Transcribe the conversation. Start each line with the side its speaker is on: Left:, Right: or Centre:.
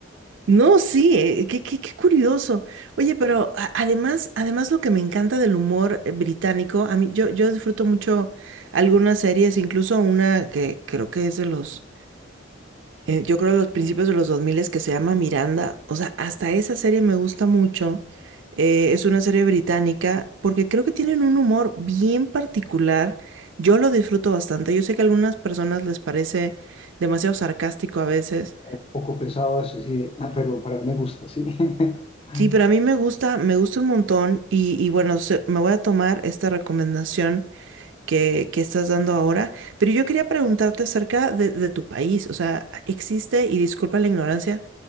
Right: No, sí, eh, qué, qué- qué curioso. Oye, pero a- además, además lo que me encanta del humor eh, británico, a mí yo, yo disfruto mucho algunas series, incluso una que creo que es de los eh, yo creo los principios de los 2000 es que se llama Miranda. O sea, hasta esa serie me gusta mucho. Eh, es una serie británica porque creo que tienen un humor bien particular. Yo lo disfruto bastante. Yo sé que a algunas personas les parece demasiado sarcástico a veces.
Left: <laughs> un poco pesado eso, sí, ah, pero, pero a mí me gusta, sí. <laughs>
Right: Sí, pero a mí me gusta, me gusta un montón y, y bueno, se- me voy a tomar esta recomendación que, que estás dando ahora, pero yo quería preguntarte acerca de, de tu país. O sea, existe, y disculpa la ignorancia,